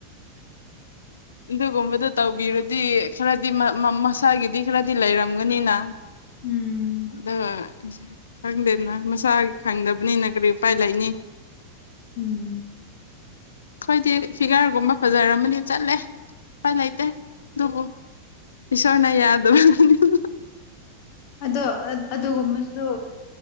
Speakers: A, on the left; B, on the left.
A: ꯑꯗꯨꯒꯨꯝꯕꯗꯣ ꯇꯧꯕꯤꯔꯗꯤ ꯈꯔꯗꯤ ꯃꯥ ꯃꯁꯥꯒꯤꯗꯤ ꯈꯔꯗꯤ ꯂꯩꯔꯝꯒꯅꯤꯅ
B: ꯎꯝ
A: ꯅꯪ ꯑꯩꯁꯦ ꯈꯪꯗꯦꯅ ꯃꯁꯥꯒꯤ ꯈꯪꯗꯕꯅꯤꯅ ꯀꯔꯤ ꯎꯄꯥꯏ ꯂꯩꯅꯤ
B: ꯎꯝ
A: ꯑꯩꯈꯣꯏꯗꯤ ꯐꯤꯒꯔꯒꯨꯝꯕ ꯐꯖꯔꯝꯃꯅꯤ ꯆꯠꯂꯦ ꯎꯄꯥꯥꯏ ꯂꯩꯇꯦ ꯑꯗꯨꯕꯨ ꯏꯁꯣꯔꯅ ꯌꯥꯗꯕꯅꯤꯅ
B: ꯑꯗꯣ ꯑꯗꯨꯒꯨꯝꯕ ꯑꯗꯨ